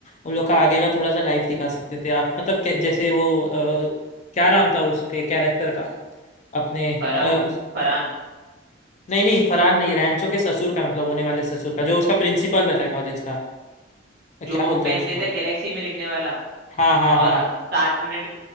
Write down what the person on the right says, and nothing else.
फरा
फरहान
जो
वो
पेन
देता है गैलेक्सी में लिखने वाला
और सात मिनट